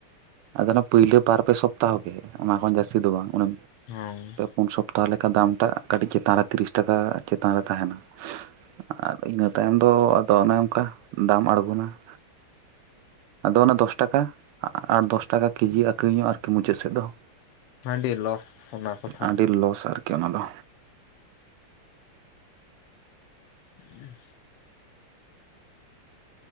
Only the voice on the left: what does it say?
ᱦᱩᱸ᱾
ᱟᱹᱰᱤ ᱞᱚᱥ᱾ ᱚᱱᱟ ᱠᱚᱫᱚ
ᱩᱸ᱾